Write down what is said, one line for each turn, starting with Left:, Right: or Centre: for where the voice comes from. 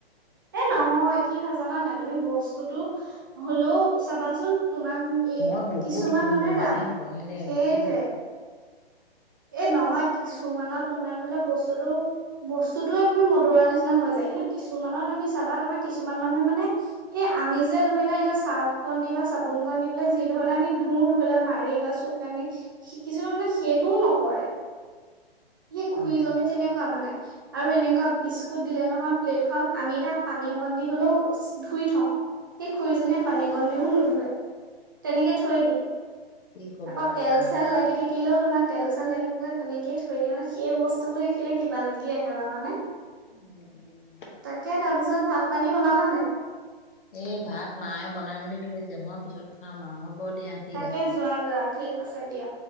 Right: এ নহয়
Left: উম
Right: কি হয় জান নে তুমি বস্তুতটো হ'লেও চাবাচোন তোমাক এই
Left: মই বহুত
Right: কিছুমান
Left: পহো
Right: মানুহে
Left: মানে
Right: ৰাস
Left: পহিলে
Right: সেইটোৱে
Left: গুচি
Right: এ নহয় কিছুমানত তোমাৰ ধৰি লোৱা বস্তুতটো বস্তুতয়ে তুমি মদুৰা নিচিনা হৈ যায়। কিন্তু কিছুমানত তুমি চাবা, তোমাৰ কিছুমান মানুহে মানে সেই আমি যে ধৰি লোৱা এতিয়া চাৰ্ফ কণ দি বা চাবোন কণ দি পেলায় যি ধৰণে আমি ধুওঁ ধৰি লোৱা মাৰি বা চুক কানি কিছুমান মানে সেইটোওঁ নকৰে কৰে সেই খুৰীজনে
Left: উম
Right: তেনেকুৱা মানে আৰু এনেকুৱা বিস্কুট দিলে নহয় প্লেটখন আমি এতিয়াও পানী অকণ দি হলেও ধুই থওঁ সেই খুৰিজনীয়ে পানী অকণ দিও নুধুুৱে তেনেকৈ থৈ দিয়ে
Left: কি ক'বা
Right: আকৌ
Left: আৰু
Right: তেল
Left: উপায়
Right: চেল
Left: নাই আৰু।
Right: লাগি থাকিলেও তোমাৰ তেল চেল লাগি থাকে তেনেকৈয়ে থৈ দিয়ে মানে সেই বস্তু বোৰ দেখিলে কিবা লাগি আহে তাৰ মানে
Left: উম, উম।
Right: তাকে তাৰপিছত ভাত পানী বনালা নাই
Left: এ ভাত মায়ে বনাই মেলি থৈছে মই পিছত খাম আৰু হ'ব দিয়া ঠিক
Right: তাকে
Left: আছে
Right: যোৱা যোৱা ঠিক আছে হয় দিয়া